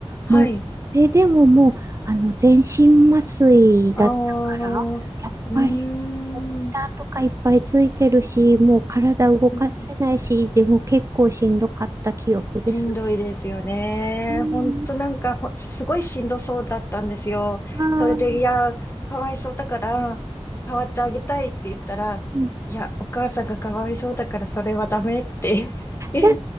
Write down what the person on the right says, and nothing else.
もう、これでももう、あの、全身麻酔だったから、
やっぱり、モニターとかいっぱいついてるし、もう体動かせないし、
でも結構しんどかった記憶ですね。
うん、
あー
うん
優